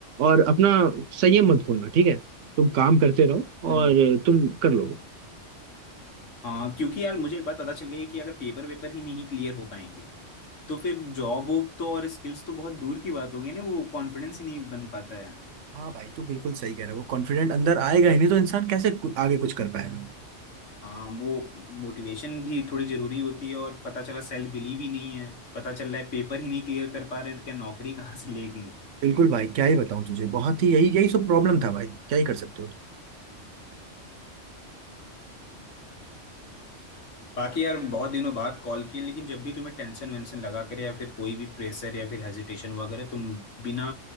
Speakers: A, on the right; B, on the left.
A: और अपना संयम मत खोना ठीक है तुम काम करते रहो
B: हम्म,
A: और तुम कर लोगे
B: हाँ क्योंकि यार मुझे एक बात पता चल गई है कि अगर पेपर वेपर ही नहीं क्लियर हो पाएंगे तो फिर जॉब वॉब तो और स्किल्स तो बहुत दूर की बात हो गई ना वो कॉन्फिडेंस ही नहीं बन पाता है
A: हाँ भाई तू बिल्कुल सही कह रहा है वो कॉन्फिडेंट अंदर आएगा ही नहीं तो इंसान कैसे कु- आगे कुछ कर पाएगा
B: हाँ वो मोटिवेशन भी थोड़ी जरूरी होती है और पता चला सेल्फ बिलीव ही नहीं है पता चल रहा है पेपर ही नहीं क्लियर कर पा रहे हैं तो क्या नौकरी कहाँ से लेंगे
A: बिल्कुल भाई क्या ही बताऊं तुझे बहुत ही यही यही सब प्रॉब्लम था भाई क्या ही कर सकते हो तुम
B: बाकी यार बहुत दिनों बाद कॉल किए लेकिन जब भी तुम्हें टेंशन वेंशन लगा करे या फिर कोई भी प्रेशर या फिर हेजिटेशन हुआ करे तुम बिना